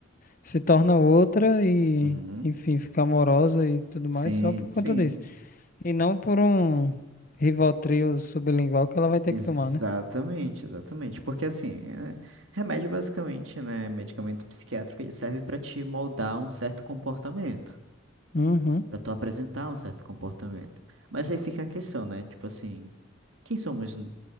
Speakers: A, on the left; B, on the right.
A: se torna outra e,
B: Uhum.
A: enfim, fica amorosa e tudo
B: Sim,
A: mais só por
B: sim.
A: conta disso. E não por um Rivotril sublingual que ela vai ter
B: Exatamente,
A: que tomar, né?
B: exatamente. Porque assim, é- remédio basicamente, né, medicamento psiquiátrico, ele serve para te moldar um certo comportamento,
A: Uhum,
B: para tu apresentar um certo comportamento. Mas aí fica a questão, né? Tipo assim, quem somos n-